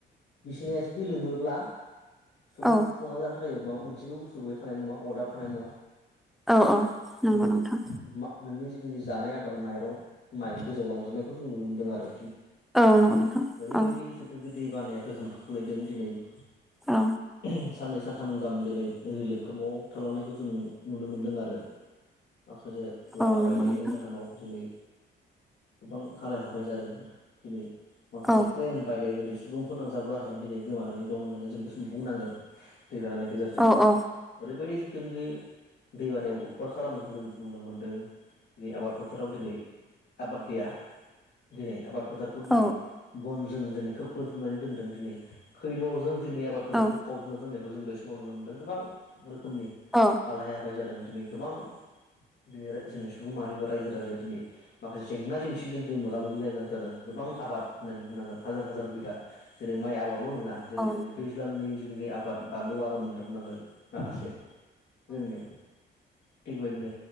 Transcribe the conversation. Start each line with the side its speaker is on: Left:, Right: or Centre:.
Left: बिसिनाया जुदि लोमोब्ला सनो
Centre: औ
Left: संना जानो थाखाय जा मोनसेबो बुस्थुबो थानाय नङा अदाब थानाय नङा
Centre: औ औ नंगौ
Left: दिनै
Centre: नोंथां
Left: नोंनि जिथुनाखि जानाय आदार माइरं माइ गोजाव लांजोबनायखौ जों नुनो मोनदों आरो
Centre: औ नंगौ नोंथां
Left: ओरैबायदि
Centre: औ
Left: दै बानाया गोहोम खोख्लैदों दिनै साननैसो
Centre: औ
Left: सानथाम गाहाम दिनै रिलिफ केम्पआव थालांनायखौ जों नुनो मोन्दों आरो माखासे लामा
Centre: औ नंगौ
Left: बायनायनि
Centre: नोंथां
Left: जाहोनाव दिनै गोबां हालाय हाफाय जादों दिनै माखासे
Centre: औ
Left: ट्रेन बायनाय जेरै सुबुं सुबुं फोनांजाब राहायाानो दिनै गोमानानै दं होननानै जों बे समाव बुंनांगोन दैबानानि गेजेरजों
Centre: औ औ
Left: ओरैबायदि जिथुनाखि दैबानायाव खर खालामनायखौ जों नुनो मोन्दों दिनै आबाद फोथाराव दिनै आबाद गैया दिनै आबाद फोथारखौ दिनै
Centre: औ
Left: बनजों दिनै खोब खोबसिननानै दोनदों दिनै खैदरजों दिनै आबाद फोथारफोरखौ
Centre: औ
Left: फबजना दोननायखौ जों बे समाव नुनो मोनदों गोबां रोखोमनि
Centre: औ
Left: हालहाय हाफाय जादों दिनै गोबां दिनै जोंनि सुबुं माहारि बा रायजो राजाया दिनै माखासे जेंना जेंसिजों दिनै मोगा मोगि जानो गोनां जादों गोबां आबाद होन्नानै बुंनांगोन हाजार हाजार बिघा जेरै माइ आबादल' नङा जेरै
Centre: औ
Left: जोंनि दैज्लांनि जेनाखि आबाद बानलु आबाद होनना बुंनांगोन माखासे जोंनि थिगबायदिनो